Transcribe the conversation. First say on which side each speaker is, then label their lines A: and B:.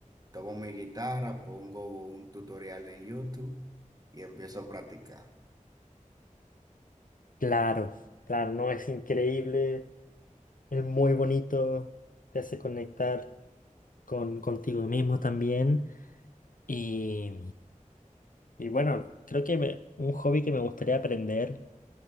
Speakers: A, on the right; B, on the left.
A: Tomo mi guitarra, pongo un tutorial en YouTube y empiezo a practicar.
B: Claro, claro, no es increíble, es muy bonito, te hace conectar con contigo mismo también. Y, y bueno, creo que me- un hobby que me gustaría aprender.